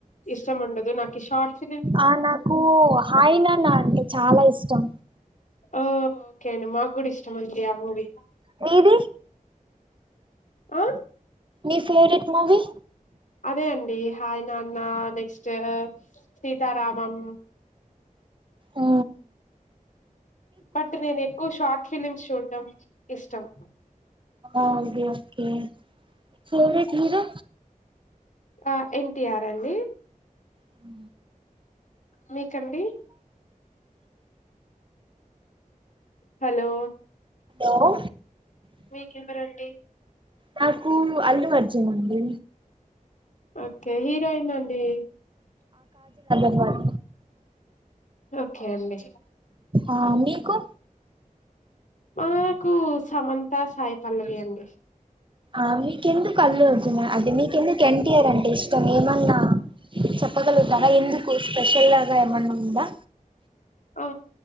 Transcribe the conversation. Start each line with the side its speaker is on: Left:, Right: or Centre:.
Left: ఇష్టం ఉండదు నాకు షార్ట్స్
Right: ఆ నాకు హాయినానా అంటే చాలా ఇష్టం.
Left: ఓకే అండి మాకు కూడా ఇష్టమండి ఆ మూవీ
Right: మీది
Left: అ
Right: నీ ఫెవరెట్ ముూవీ
Left: అదే అండి హాయ్ నాన్న నెక్స్ట్, సీతారామం
Right: ఉ
Left: బట్ నేను ఎక్కువ షార్ట్ ఫిలిమ్స్ చూడ్డం ఇష్టం.
Right: ఓగే ఓకే ఫేవరెట్ హీరో
Left: ఆ ఎన్టీఆర్ అండి.
Right: ఊ
Left: మీకండి హలో
Right: లో
Left: మీకు ఎవరండీ
Right: నాకు అల్లు అర్జున్ అండి
Left: ఓకే హీరోయిన్ అండి
Right: వన్
Left: ఓకే అండి
Right: ఆ మీకు
Left: మాకు సమంత సాయిపల్లవి అండి
Right: ఆ మీకెందుకు అల్లు అర్జున అదే మీకెందుకు ఎన్టీఆర్ అంటే ఇష్టం ఏమన్నా చెప్పగలుగుతారా ఎందుకు స్పెషల్ లాగా ఏమన్నా ఉందా
Left: ఆ